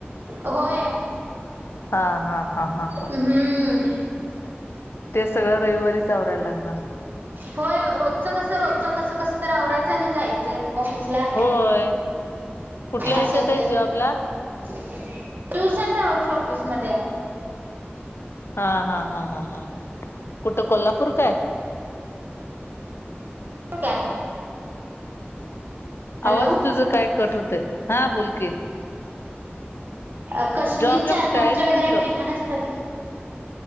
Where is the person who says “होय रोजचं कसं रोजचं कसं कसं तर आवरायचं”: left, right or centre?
Right